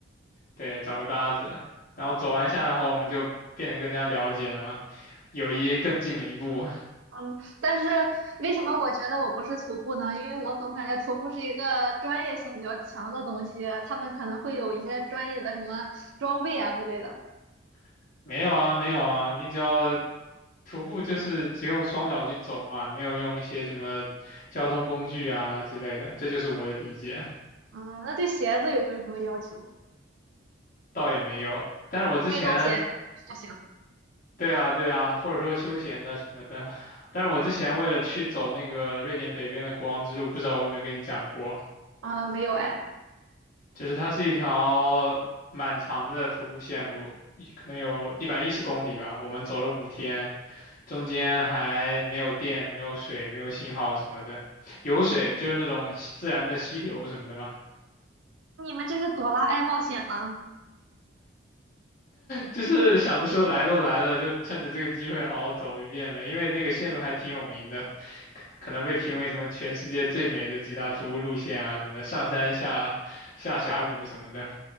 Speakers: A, on the left; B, on the right.
A: 对，找个搭子，然后走完下来后，我们就变得更加了解了嘛，友谊更近了一步。
B: 嗯，但是为什么我觉得我不是徒步呢？因为我总感觉徒步是一个专业性比较强的东西，他们可能会有一些专业的什么装备啊之类的。
A: <laughs> 没有啊，没有啊，你只要。徒步就是只用双脚去走嘛，没有用一些什么交通工具啊之类的，这就是我的理解，
B: 嗯，那对鞋子有没有什么要求？
A: 倒也没有。但是我之前，
B: 运动鞋就行。
A: 对啊，对啊，或者说休闲的什么的，但是我之前为了去走那个瑞典北边的国王之路，
B: 嗯嗯
A: 不知道我有没有跟你讲过，
B: 啊，没有哎，
A: 就是它是一条蛮长的徒步线路，一可能有一百一十公里吧，我们走了五天，中间还没有电、没有水、没有信号什么的，有水就是那种溪自然的溪流什么的嘛。
B: 你们这是朵拉爱冒险了。
A: 就是想着说来都来了，就趁着这个机会好好走一遍呗，因为那个线路还挺有名的，可可能被评为什么全世界最美的几大徒步路线啊什么的，上山下下峡谷什么的，